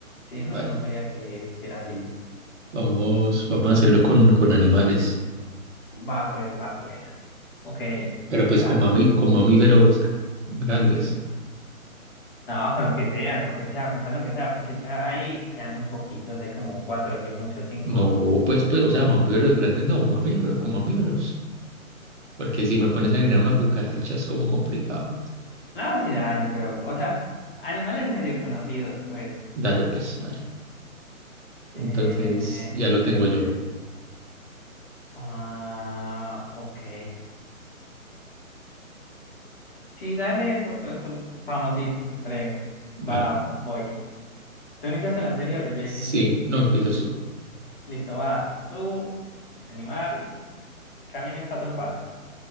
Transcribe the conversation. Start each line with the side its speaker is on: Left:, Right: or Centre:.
Left: Sí, no,
Right: Vale,
Left: no sabía que, que era así.
Right: vamos, vamos a hacerlo con, con animales.
Left: Va, pues, va, pues. Ok.
Right: Pero pues
Left: ah,
Right: con, mamí, con mamíferos grandes.
Left: no, con lo que sea, con lo que sea, pensar lo que sea, porque ya ahí quedan muy poquitos, hay como cuatro, sí, muchos, cinco.
Right: No, pues, pues, o sea, mamíferos grandes, no, mamíferos, con mamíferos. Porque si me pones a adivinar una cucaracha es como complicado.
Left: No, sí, dale, pero, o sea, animales medio conocidos, pues.
Right: Dale, pues, vale. Entonces,
Left: Eh,
Right: ya
Left: entonces,
Right: lo tengo
Left: espérate.
Right: yo.
Left: Ah, ok. Sí, dale, eso, eso, famosito, breve, va,
Right: Vale.
Left: voy. Tú iniciaste el anterior, o yo inicié.
Right: Sí, no empiezas tú.
Left: Listo, va, tú, animal, camina en cuatro patas.